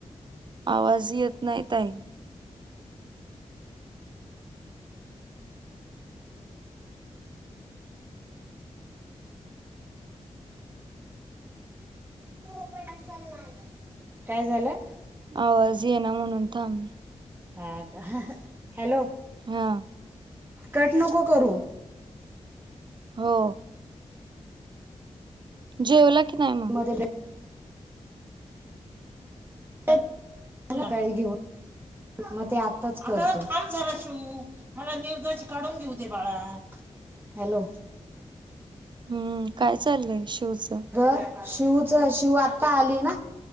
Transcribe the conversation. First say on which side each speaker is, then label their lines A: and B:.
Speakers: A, on the right; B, on the right.
A: आवाज येत नाही ताई
B: <unintelligible> काय झालं?
A: आवाज येइना म्हणून थांबले.
B: हा का? हॅलो,
A: हा,
B: कट नको करू.
A: हो. जेवला कि नाय म?
B: मध्ये हो <unintelligible> मग ते आताच, आरे थांब जरा शिव मला निवदाची काढून घेऊ दे बाळा. हॅलो,
A: हम्म काय चाललंय शिवच
B: <unintelligible> शिवच, शिव आता आली ना